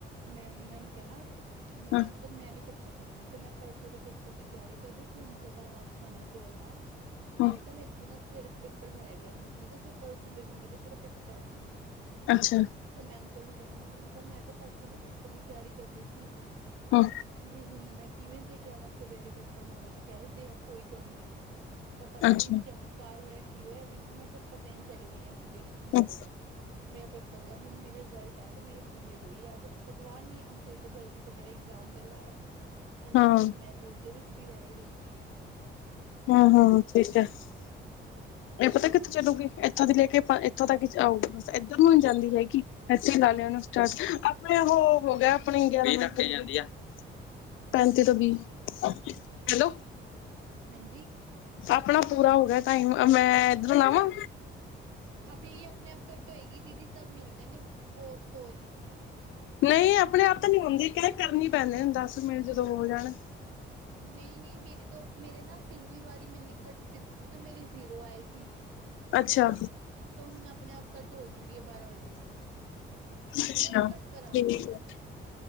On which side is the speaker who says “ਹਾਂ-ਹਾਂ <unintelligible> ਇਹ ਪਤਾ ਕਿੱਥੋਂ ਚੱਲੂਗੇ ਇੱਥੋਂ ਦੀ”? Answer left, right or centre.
Left